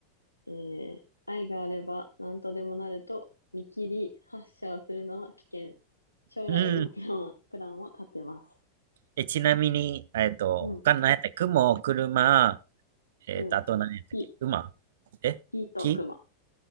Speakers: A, on the left (about 85°); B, on the right (about 55°).
A: えー愛があれば何とでもなると見切り発射をするのは危険。将来へのプランは、
B: うん。
A: プランを立てます。
B: え、ちなみに、えっと、
A: うん、
B: 他の何やったっけ雲、車、えっと、
A: うん。
B: あと何やったっけ馬え木
A: 木、木と熊